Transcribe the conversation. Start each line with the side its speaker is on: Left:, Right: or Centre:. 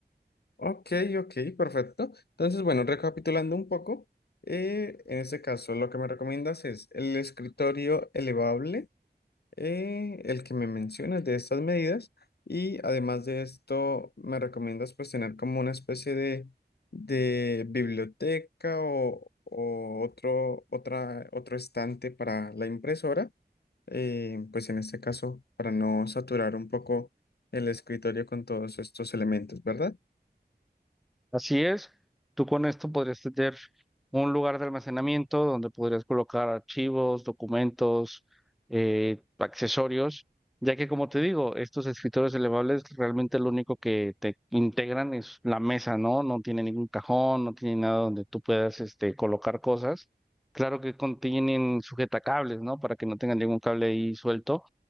Left: Ok, ok, perfecto. Entonces, bueno, recapitulando un poco, eh, en este caso lo que me recomiendas es el escritorio elevable, eh, el que me mencionas de estas medidas, y además de esto me recomiendas pues tener como una especie de, de biblioteca o, o otro, otra, otro estante para la impresora, eh, pues en este caso para no saturar un poco el escritorio con todos estos elementos, ¿verdad?
Centre: Así es, tú con esto podrías tener un lugar de almacenamiento donde podrías colocar archivos, documentos, eh, accesorios, ya que como te digo, estos escritorios elevables realmente lo único que te integran es la mesa, ¿no? No tiene ningún cajón, no tiene nada donde tú puedas este, colocar cosas. Claro que contienen sujetacables, ¿no? Para que no tengan ningún cable ahí suelto,